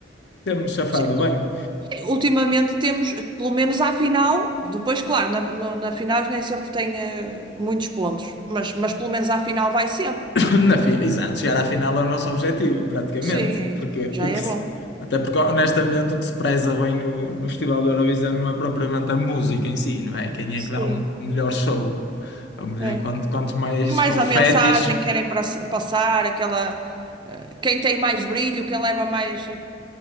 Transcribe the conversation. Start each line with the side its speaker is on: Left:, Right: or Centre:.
Left: Temos-nos safado
Right: Sim,
Left: bem.
Right: sim, ultimamente temos, pelo menos à final, depois, claro, na, no- na final nem sempre tem eh, muitos pontos, mas, mas pelo menos à final vai sempre.
Left: <coughs> Na fi- Exato, chegar à final é o nosso objetivo, praticamente.
Right: Sim, é
Left: Porque
Right: isso. Já
Left: o
Right: é
Left: que se-
Right: bom.
Left: Até porque, honestamente, o que se preza bem no, no Festival da Eurovisão não é propriamente a música em si, não é? Quem
Right: sim,
Left: é que dá o melhor show? O melhor-
Right: é.
Left: Quanto, quanto mais
Right: É mais
Left: confetes.
Right: a mensagem que querem pra- passar, aquela. eh, Quem tem mais brilho, quem leva mais. eh,